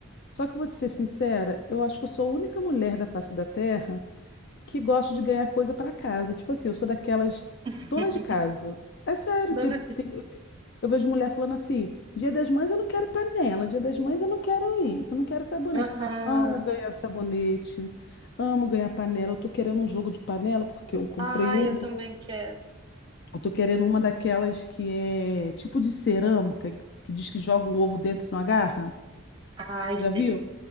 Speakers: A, on the left (about 55°); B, on the right (about 20°).
A: Só que vou te ser sincera, eu acho que eu sou a única mulher da face da Terra que gosto de ganhar coisa para casa. Tipo assim, eu sou daquelas
B: <laughs>
A: dona de casa. É sério, tem,
B: Dona de...
A: tem- eu ve- eu vejo mulher falando assim: Dia das Mães eu não quero panela, Dia das Mães eu não quero isso, eu não quero sabonete.
B: Aham.
A: Amo ganhar sabonete, amo ganhar panela. Eu tô querendo um jogo de panela porque eu comprei
B: Ai,
A: uma,
B: eu também
A: né?
B: quero.
A: Eu tô querendo uma daquelas que é tipo de cerâmica, que diz que joga um ovo dentro e não agarra.
B: Ai,
A: Já
B: sei.
A: viu?